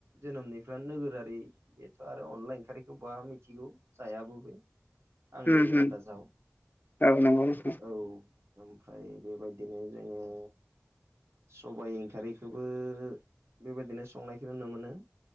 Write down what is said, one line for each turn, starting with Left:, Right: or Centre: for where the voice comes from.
Right: जोनोमनिफ्रा नोगोरारि बेथ' आरो अनलााय ओंखखारखौ बा मिथिगौ जायाबो बे। आंनि
Left: होम होम
Right: आन्दाजाव
Left: औ नंगौ नोंथां
Right: औ ओमफ्राय बेबायदिनो जोङो सबाय ओंखखारैखौबो बेबायदिनो संनायखौ नुनो मोनो।